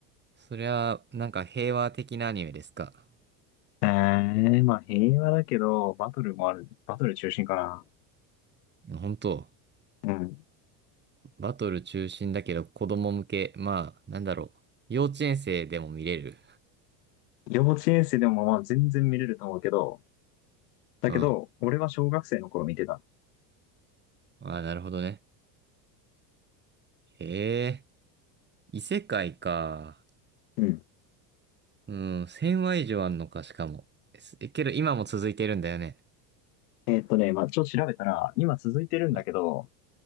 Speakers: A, on the right; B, on the left.
A: そりゃ、なんか平和的なアニメですか。
B: えー、まあ平和だけど、バトルもある。バトル中心かな。
A: 本当、
B: うん。
A: バトル中心だけど子供向け。まあ、なんだろう。幼稚園生でも見れる。
B: 幼稚園生でもまあ全然見れると思うけど、だけど、
A: うん。あ
B: 俺は小学生の頃見てた。
A: あ、なるほどね。へえ、異世界か。
B: うん。
A: うん、1000話以上あんのか、しかも。すえ、けど今も続いてるんだよね。
B: えーっとね、まあちょっと調べたら、今続いてるんだけど、
A: うん。